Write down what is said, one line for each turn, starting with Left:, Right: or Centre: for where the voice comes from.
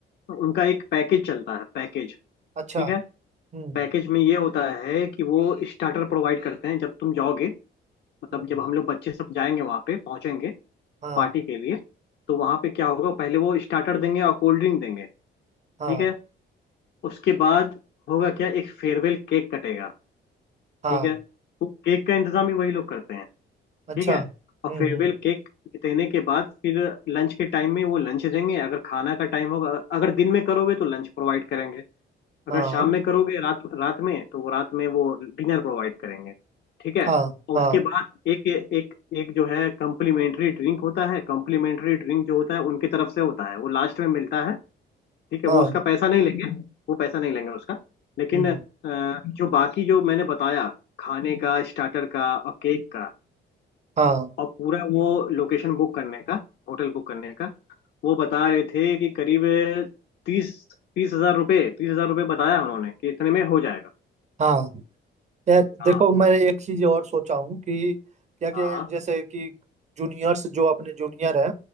Left: उनका एक पैकेज चलता है पैकेज
Right: अच्छा
Left: ठीक है
Right: हम्म
Left: पैकेज में ये होता है कि वो स्टार्टर प्रोवाइड करते हैं जब तुम जाओगे मतलब
Right: हम्म
Left: जब हम लोग बच्चे सब जाएंगे वहाँ पे पहुंचेंगे
Right: हाँ
Left: पार्टी के लिए तो वहाँ पे क्या होगा पहले वो स्टार्टर देंगे और कोल्ड ड्रिंक देंगे ठीक
Right: हाँ
Left: है उसके बाद होगा क्या एक फेयरवेल केक कटेगा
Right: हाँ
Left: ठीक है वो केक का इंतजाम भी वही लोग करते हैं
Right: अच्छा
Left: ठीक है
Right: हम्म
Left: और फेयरवेल
Right: हम्म
Left: केक देने के बाद फिर लंच के टाइम में वो लंच देंगे अगर खाना का टाइम होगा अगर दिन में करोगे तो लंच प्रोवाइड करेंगे अगर
Right: हाँ
Left: शाम में करोगे रात रात में तो वो रात में वो डिनर प्रोवाइड करेंगे ठीक है
Right: हाँ
Left: और
Right: हाँ
Left: उसके बाद एक एक एक जो है कम्प्लीमेंट्री ड्रिंक होता है कम्प्लीमेंट्री ड्रिंक जो होता है उनकी तरफ से होता है वो लास्ट में मिलता है ठीक है
Right: हाँ
Left: वो उसका पैसा नहीं लेंगे वो पैसा नहीं लेंगे उसका लेकिन
Right: हम्म
Left: अ, जो बाकी जो मैंने बताया खाने का स्टार्टर का और केक का
Right: हाँ
Left: और पूरा वो लोकेशन बुक करने का होटल बुक करने का वो बता रहे थे कि करीब तीस तीस हजार रुपये तीस हजार रुपये बताया उन्होंने कि इतने में हो जाएगा
Right: हाँ यार
Left: हाँ
Right: देखो मैं एक चीज और सोचा हूँ कि क्या क्या
Left: हाँ
Right: जैसे कि जूनियर्स जो अपने जूनियर हैं